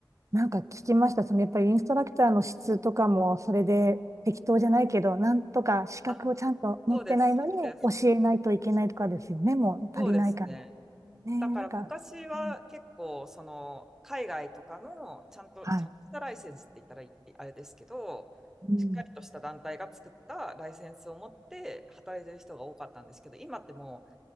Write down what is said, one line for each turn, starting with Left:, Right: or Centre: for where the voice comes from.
Right: なんか聞きました。そのやっぱりインストラクターの質とかも、それで適当じゃないけど、なんとか資格をちゃんと持ってないのに教えないといけないとかですよね。
Centre: あ、そうです、そうです、
Right: もう足りないから。
Centre: そうですね。
Right: ねえ、
Centre: だから昔は結構、
Right: なんか、うん、
Centre: その、海外とかの、ちゃんと、
Right: はい。
Centre: ちゃんとしたライセンスって言ったらいあれですけど、
Right: うん。
Centre: しっかりとした団体が作ったライセンスを持って働いてる人が多かったんですけど、今ってもう、